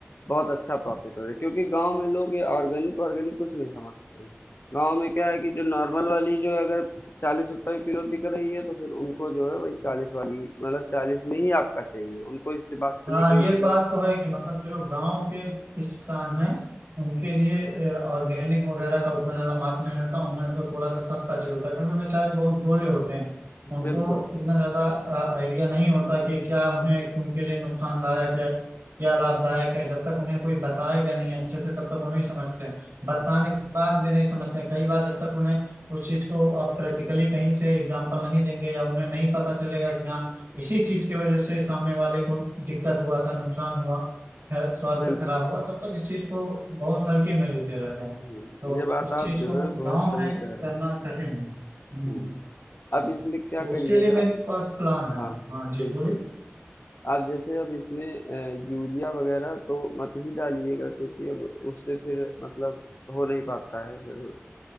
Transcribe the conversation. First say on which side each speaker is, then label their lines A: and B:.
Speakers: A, on the left; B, on the right.
A: बहुत अच्छा प्रॉफिट हो जाए क्योंकि गांव में लोग ये ऑर्गेनिक ऑर्गेनिक कुछ नहीं समझते हैं गांव में क्या है कि जो नॉर्मल वाली जो है, अगर चालीस रुपए किलो बिक रही है तो फिर उनको जो है वही चालीस वाली मतलब चालीस में ही आपका चाहिए उनको इससे बात से
B: हाँ
A: नहीं कोई
B: ये
A: मतलब
B: बात तो है कि मतलब जो गांव के किसान हैं उनके लिए ऑर्गेनिक वगैरह का उतना ज्यादा महत्व नहीं होता उन्हें तो थोड़ा सा सस्ता चाहिए होता है क्योंकि बेचारे बहुत भोले होते हैं उनको
A: बिल्कुल
B: इतना ज्यादा आइडिया नहीं होता कि क्या उन्हें उनके लिए नुकसानदायक है क्या लाभदायक है जब तक उन्हें कोई बताएगा नहीं अच्छे से तब तक वो नहीं समझते हैं बताने के बाद भी नहीं समझते हैं। कई बार जब तक उन्हें उस चीज को आप प्रैक्टिकली कहीं से एग्जाम्पल नहीं देंगे या उन्हें नहीं पता चलेगा कि हाँ इसी चीज की वजह से सामने वाले को दिक्कत हुआ था नुकसान हुआ है, स्वास्थ्य
A: बिल्कुल
B: खराब हुआ तब तक इस चीज को बहुत हल्के में लेते रहते हैं
A: हुँ,
B: तो
A: ये बात
B: इस
A: आप
B: चीज
A: जो
B: को
A: है बहुत
B: गांव
A: सही
B: में
A: कह रहे
B: करना
A: हैं।
B: कठिन है हम्म,
A: हुँ,
B: जी।
A: अब इसमें क्या
B: तो
A: करिएगा
B: उसके लिए मेरे पास प्लान है
A: हाँ,
B: हाँ जी
A: बिल्कुल।
B: बोलिए
A: आप जैसे अब इसमें अ, यूरिया वग़ैरह तो मत ही डालिएगा क्योंकि अब उससे फिर मतलब हो नहीं पाता है फिर